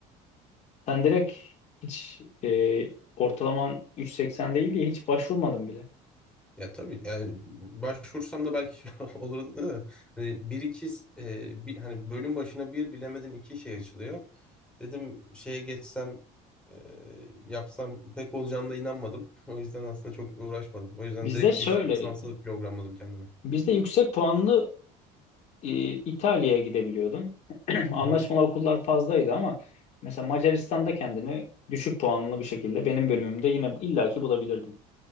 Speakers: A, on the left; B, in the centre.
A: Sen direkt hiç e, ortalaman 3.80 değil diye hiç başvurmadın bile.
B: Ya tabii yani başvursam da belki <laughs> olurdu da hani bir iki e, bir, hani bölüm başına bir bilemedin iki şey açılıyor. Dedim şeye geçsem e, yapsam pek olacağına da inanmadım. <laughs> O yüzden aslında çok uğraşmadım. O yüzden
A: Bizde
B: direkt
A: şöyleydi.
B: yüksek lisansı programladım kendime.
A: Bizde yüksek puanlı e, İtalya'ya gidebiliyordun. <clears throat> Anlaşmalı
B: Hı hı.
A: okullar fazlaydı ama mesela Macaristan'da kendini düşük puanlı bir şekilde benim bölümümde yine illaki bulabilirdin.